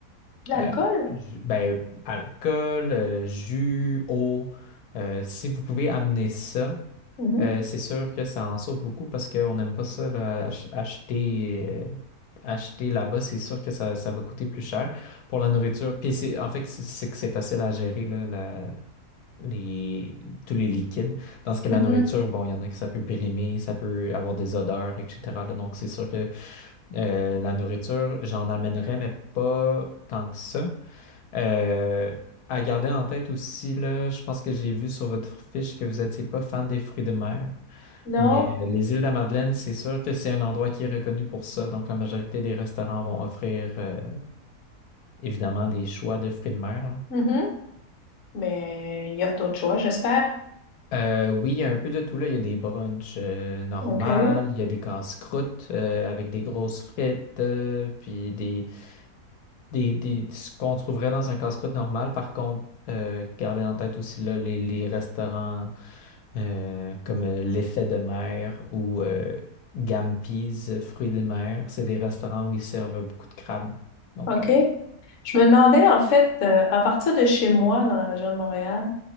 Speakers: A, on the left (about 60°); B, on the left (about 80°).
A: L'alcool?
B: euh, ju- ben, alcool, euh, jus, eau. euh, si vous pouvez amener ça,
A: Mhm,
B: euh, c'est sûr que ça en sauve beaucoup parce qu'on n'aime pas ça, là, ach- acheter, euh, acheter là-bas, c'est sûr que ça, ça va coûter plus cher pour la nourriture. Puis c'est, en fait, c'est c'est que c'est facile à gérer, là, la- les, tous les liquides. Dans ce que
A: mhm.
B: la nourriture, bon, il y en a que ça peut périmer, ça peut avoir des odeurs, etc. là. donc c'est sûr que euh, la nourriture, j'en amènerais, mais pas tant que ça. Euh, à garder en tête aussi, là, je pense que j'ai vu sur votre fiche que vous n'étiez pas fan des fruits de mer,
A: Non?
B: mais euh, les îles de la Madeleine, c'est sûr que c'est un endroit qui est reconnu pour ça. Donc, la majorité des restaurants vont offrir euh, évidemment des choix de fruits de mer. là.
A: Mhm. Mais il y a d'autres choix, j'espère.
B: Euh, oui, il y a un peu de tout, là. Il y a des brunchs euh, normales,
A: OK.
B: il y a des casse-croûtes euh, avec des grosses frites, euh, puis des, des, des, ce qu'on trouverait dans un casse-croûte normal. Par contre, euh, gardez en tête aussi là, les, les restaurants. euh, comme euh, l'effet de mer ou euh, Gampi's, euh, fruits des mers. C'est des restaurants où ils servent beaucoup de crabes. Donc,
A: OK.
B: euh,
A: Je me demandais, en fait, euh, à partir de chez moi, dans la région de Montréal,